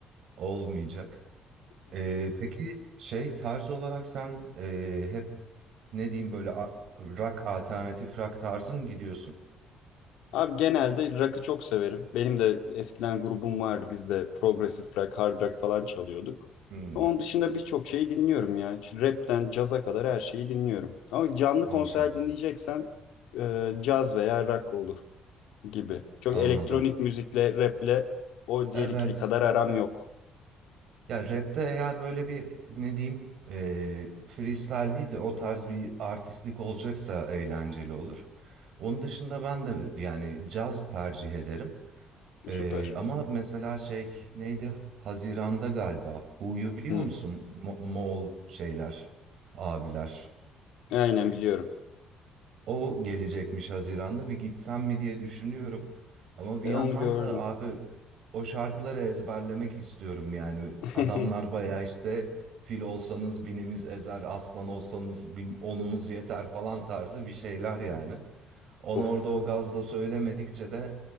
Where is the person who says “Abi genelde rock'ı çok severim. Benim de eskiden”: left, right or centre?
Left